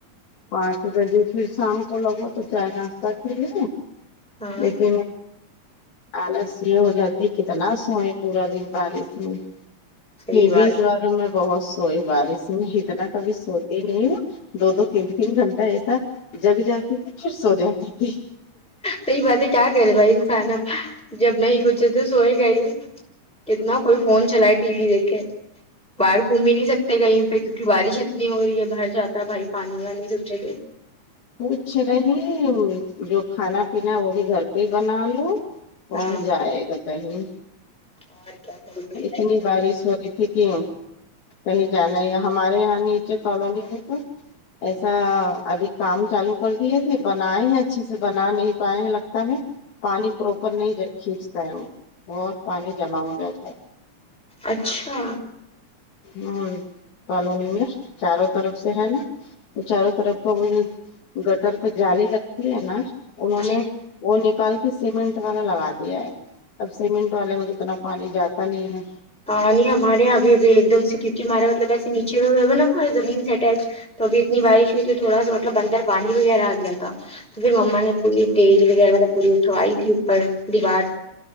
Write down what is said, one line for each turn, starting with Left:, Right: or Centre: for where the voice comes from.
Left: پانچ بجے پھر شام کو لگو تو چائے ناشتہ کے لے
Centre: ہاں
Left: لیکن آلس یہ ہو جاتی ہے کتنا سوئے پورا دن بارش میں
Centre: صحیح
Left: پھر
Centre: بات
Left: بھی اس بار میں بہت سوئی بارش میں اتنا کبھی سوتی نہیں ہوں دو دو تین تین گھنٹہ ایسا جگ جگ کے پھر سو جاتی تھی
Centre: صحیح بات ہے کیا کرے بھائی انسان اب جب نہیں کچھ ہے تو سوئے گا ہی کتنا کوئی فون چلائے ٹی وی دیکھے باہر گھوم بھی نہیں سکتے کہیں پہ کیونکہ بارش اتنی ہو رہی ہے باہر جاتا ہے بھائی پانی وانی سب جگے
Left: کچھ نہیں جو کھانا پینا وہ بھی گھر پہ ہی بنا لو کون
Centre: ہاں
Left: جائے گا پہلے
Centre: اور کیا کارے بھائی
Left: اتنی بارش ہو رہی تھی کے مم کہیں جانا ہے یہاں ہمارے یہاں نیچے کالونی میں تو ایسا ابھی کام چالو کر دیے تھے بنائے ہیں اچھے سے بنا نہیں پائے ہیں لگتا ہے پانی پراپر نہیں کھینچتا ہے وہ اور پانی جمع ہو جاتا ہے
Centre: اچھا
Left: ہوں کالونی میں چاروں طرف سے ہے نا تو چاروں طرف تو وہ گٹر پہ جالی لگتی ہے نا انہوں
Centre: جی
Left: نے وہ نکال کے سیمنٹ والا لگا دیا ہے اب سیمنٹ والے میں تو اتنا پانی جاتا نہیں ہے
Centre: ہ نہیں ہمارےابھی ابھی ایک دم سے کیونکہ ہمارا مطلب ایسے نیچے کا گھر ہے نا ہم زمین سے اٹیچ تو ابھی اتنی بارش ہوئی تھی تھوڑا سا مطلب اندر پانی وغیرہ آ گیا تھا تو پھر مما نے پوری تیز وغیرہ مطلب پوری اٹوائی تھی اوپر دیوار